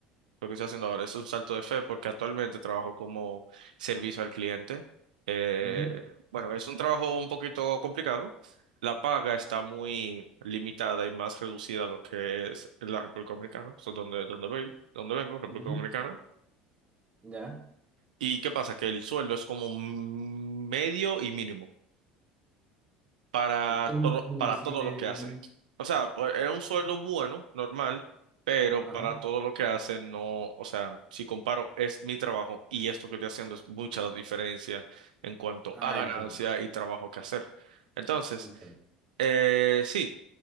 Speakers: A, on the right; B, on the right.
A: Lo que estoy haciendo ahora es un salto de fe porque actualmente trabajo como servicio al cliente. Eh,
B: Ujú,
A: bueno, es un trabajo un poquito complicado. La paga está muy limitada y más reducida a lo que es la República Dominicana, so, donde, donde voy, donde vengo, República
B: ujú,
A: Dominicana.
B: Ya.
A: ¿Y qué pasa? Que el sueldo es como medio y mínimo. para
B: O ¿Cómo,
A: todo,
B: cómo
A: para
B: así
A: todo
B: medio
A: lo que
B: mínimo?
A: hacen. O sea, pues, es un sueldo bueno, normal, pero
B: Ajá.
A: para todo lo que hacen, no, o sea, si comparo, es mi trabajo y esto que estoy haciendo es mucha la diferencia en cuanto
B: Ah,
A: a ganancia
B: entiendo.
A: y trabajo que hacer. Entonces,
B: Entiendo.
A: eh, sí,